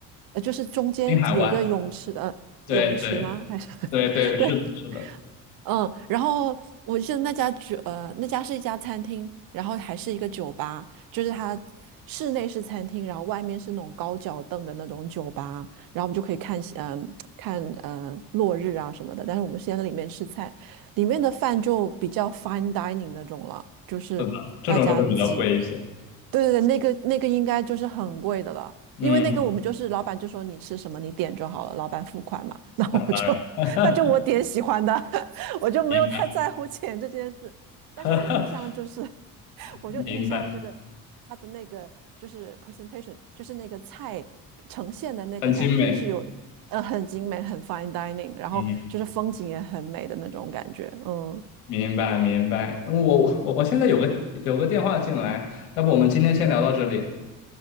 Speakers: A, on the right; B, on the left.
A: 呃，就是中间有一个泳池的、
B: 滨海湾，
A: 呃泳池吗？
B: 对对
A: 还是
B: 对对，
A: <laughs> 对，
B: 是的是的
A: 嗯，然后我记得那家酒，呃，那家是一家餐厅，然后还是一个酒吧，就是它室内是餐厅，然后外面是那种高脚凳的那种酒吧，然后我们就可以看夕嗯、看呃落日啊什么的。但是我们是在里面吃菜，里面的饭就比较 fine dining 那种了，就是大家自己
B: 是的，这种就会比较贵一些，
A: 对对对，那个那个应该就是很贵的了，
B: 嗯，
A: 因为那个我们就是老板就说你吃什么你点就好了，老板付款嘛，<laughs> 那我就
B: 那当然，<laughs>
A: <laughs> 那就我点喜欢的，<laughs> 我就没有太在乎钱这件事。
B: 明白
A: 但是我印象就是，
B: <laughs>
A: <laughs> 我就印象这个
B: 明白，
A: 他的那个就是 presentation，就是那个菜呈现的那个感觉是有呃很精美，
B: 很精美。
A: 很 fine dining，然后就是风景也很美的那种感觉。
B: 嗯，
A: 嗯，
B: 明白明白。嗯我我我现在有个有个电话进来，要不我们今天先聊到这里。